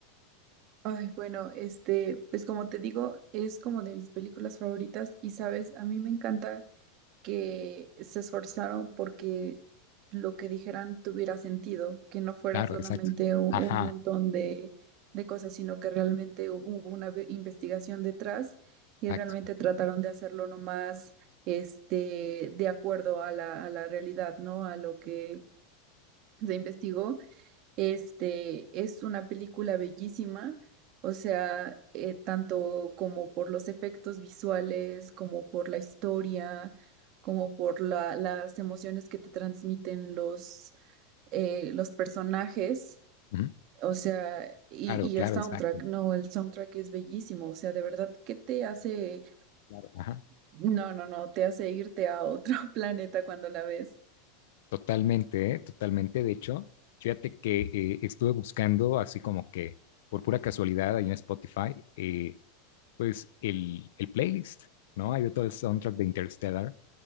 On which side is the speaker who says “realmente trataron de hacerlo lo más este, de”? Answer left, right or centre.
Right